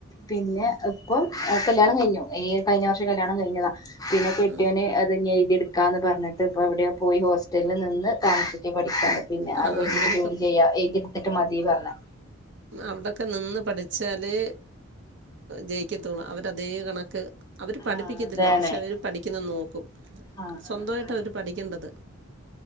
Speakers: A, on the left; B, on the right.
A: പിന്നെ ഇപ്പം കല്യാണം കഴിഞ്ഞു, ഈ കഴിഞ്ഞ വർഷം കല്യാണം കഴിഞ്ഞതാ പിന്നെ കെട്യോന്,
B: ആ
A: അതെന്നെ എഴുതി എടുക്കാന്ന് പറഞ്ഞിട്ട് ഇപ്പ എവിടെയ പോയി ഹോസ്റ്റലിൽ നിന്ന് താമസച്ച് പഠിക്കാണ്, പിന്നെ
B: ആ
A: അത് കയ്ഞ്ഞിട്ട്
B: അങ്ങനെയൊക്കെ
A: ജോലി ചെയ്യാ എഴ്തി എടുത്തിട്ട് മതി പർഞ്ഞ്,
B: അവിടൊക്കെ നിന്ന് പഠിച്ചാല് ജയി ക്കത്തുള്ളൂ അവരതേ കണക്ക് അവർ
A: ആഹ്
B: പഠിപ്പിക്കത്തില്ല
A: അതാണ്
B: പക്ഷെ അവർ പഠിക്കുന്നെന്ന് നോക്കും,
A: ആഹ്
B: സ്വന്തമായിട്ട അവര് പഠിക്കേണ്ടത്